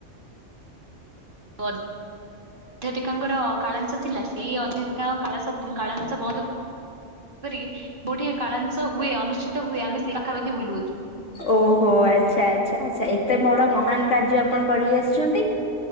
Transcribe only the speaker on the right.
<unintelligible> ଅଧ୍ୟାପିକାଙ୍କର କାଳାଂଶ ଥିଲା ସେଇ ଅଧ୍ୟାପିକାଙ୍କ କାଳାଶ ଉଁ, କାଳାଂଶ ବନ୍ଦ କରିକି ଯୋଉଠି କାଳାଂଶ ହୁଏ ଅନୁଷ୍ଠିତ ହୁଏ ଆମେ ସେ ପାଖାପାଖି ବୁଲୁଅଛୁ।